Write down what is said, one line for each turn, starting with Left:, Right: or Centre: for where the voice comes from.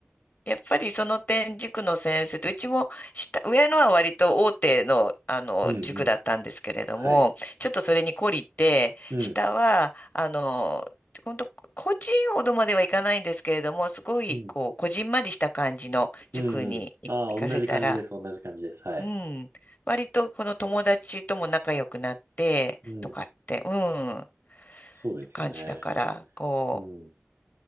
Left: やっぱりその点、塾の先生と、うちも下、上のは割と大手の、あの、
Right: うんうん。
Left: 塾だったんですけれども、
Right: はい。
Left: ちょっとそれに懲りて、
Right: うん。
Left: 下は、あの、本当個人ほどまではいかないんですけれども、すごい、
Right: うん。
Left: こう、こじんまりした感じの塾に行行かせたら、
Right: うんうんうんああ、同じ感じです、同じ感じです。はい。
Left: うん。割とこの友達とも仲良くなって、
Right: うん。
Left: とかって、うん。
Right: そうですよね。
Left: 感じだから、こう、
Right: うん。